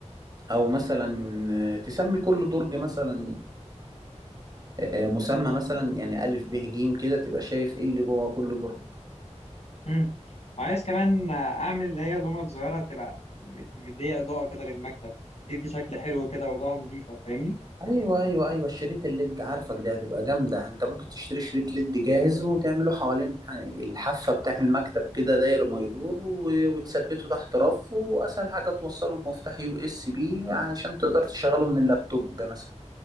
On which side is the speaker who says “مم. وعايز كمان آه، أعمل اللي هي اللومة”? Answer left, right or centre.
Left